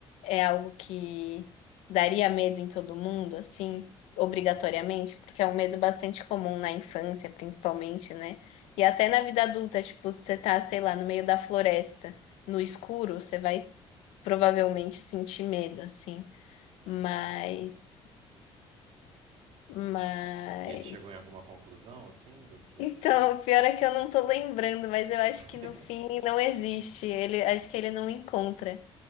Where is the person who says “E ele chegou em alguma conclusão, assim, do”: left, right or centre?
Right